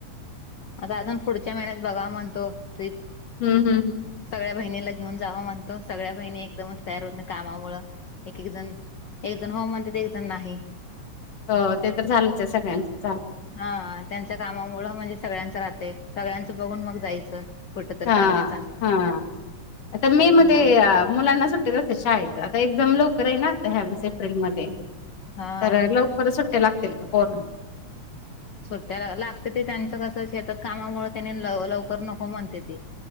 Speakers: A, on the left; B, on the left.
A: अगं अजून पुढच्या महिन्यात बघावं म्हणतो ट्रीप.
B: हम् हम् हम.
A: सगळ्या बहिणीला घेऊन जावं म्हणतो, सगळ्या बहिणी एकदमच तयार होत नाही कामामुळं. एक एक जण एकजण हो म्हणते, तर एक जण नाही.
B: हो, ते तर झालंच आहे सगळ्यांचच चाल
A: हा, त्यांच्या कामामुळं म्हणजे सगळ्यांचं राहतंय, सगळ्यांचं बघून मग जायचं. कुठं तर
B: हां,
A: काढून चांगलं
B: हां, आता मे मध्ये
A: हम्म
B: मुलांना सुट्ट <unintelligible> असतंय शाळेचं, आता एक्झाम लवकर आहे ना, वाटतं ह्यावेळेस एप्रिलमध्ये
A: हा
B: तर लव परत सुट्ट्या लागतील आता पोरांना.
A: सुट्ट्या लागत्याती त्यांचं कसं शेतात कामामुळं त्यानी लवकर नको म्हणतेती.